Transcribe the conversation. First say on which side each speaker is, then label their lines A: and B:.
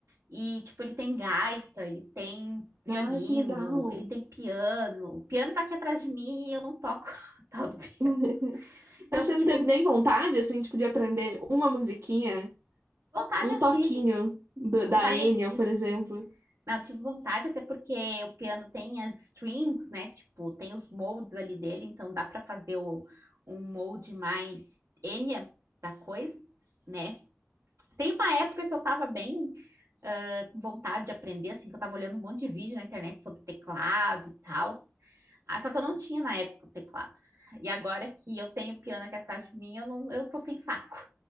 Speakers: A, on the right; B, on the right.
A: E, tipo, ele tem gaita, ele tem violino,
B: Ah, que legal.
A: ele tem piano. O piano tá aqui atrás de mim e eu não toco. <laughs> tal do pi-
B: <laughs>
A: Então,
B: Mas você não
A: tipo,
B: teve nem vontade, assim, tipo, de aprender uma musiquinha,
A: vontade
B: um
A: eu
B: toquinho
A: tive,
B: do-
A: vontade
B: da Enya,
A: eu tive,
B: por exemplo?
A: Não, eu tive vontade, até porque o piano tem as strings, né? Tipo, tem os moldes ali dele, então dá para fazer o- um molde mais Enya da coisa, né? Tem uma época que eu tava bem ah, com vontade de aprender, assim, que eu tava olhando um monte de vídeo na internet sobre teclado e tal. Ah, só que eu não tinha na época o teclado. E agora que eu tenho o piano aqui atrás de mim, eu não, eu tô sem saco.